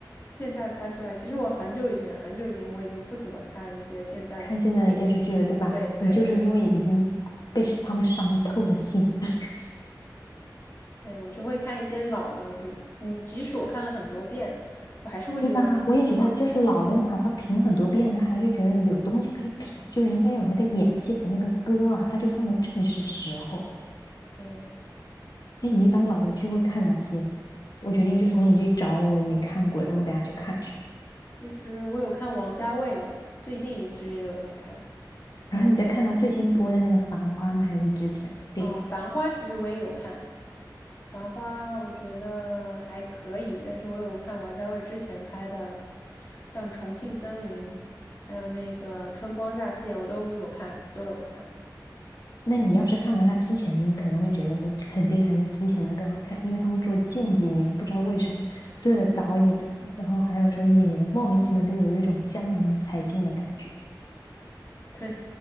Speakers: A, on the left (about 35°); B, on the left (about 60°).
A: 现在拍出来，其实我很久以前很久以前我已经不怎么看一些现在近，
B: 看现在的电视剧了，对吧？
A: 对对对
B: 你就是因为已经被他们伤透了心，<laughs>
A: 对，我就会看一些老的，就你即使我看了很多遍，我还是会觉得它很好看。
B: 对吧？我也觉得，就是老的，你哪怕评很多遍，他还是觉得有东西可以评，就人家有那个演技和那个歌啊，他就放的正是时候。
A: 对，
B: 那你一般老的剧会看哪些？我决定就从你这找，我没看过，然后我等下去看去。
A: 其实我有看王家卫的，最近也其实也有在看。
B: 然后你再看他最新播的那个《繁花》吗？
A: 然后
B: 还是之前的电影？
A: 哦，《繁花》其实我也有看，《繁花》我觉得还可以，但是我有看王家卫之前拍的，像《重庆森林》，还有那个《春光乍泄》，我都有看，都有看。
B: 那你要是看完他之前的，你可能会觉得说，肯定还是之前的更好看，因为他们说近几年不知道为什么，所有的导演啊，然后还有说演员，莫名其妙都有一种江郎才尽的感觉。
A: <laughs> 对，